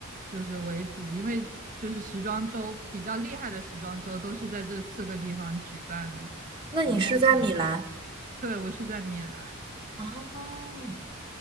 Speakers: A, on the right; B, on the right.
A: 就是为主，因为就是时装周比较厉害的时装周都是在这四个地方举办的，
B: 那你是在米兰
A: 然后可能对我是在米兰。
B: 啊？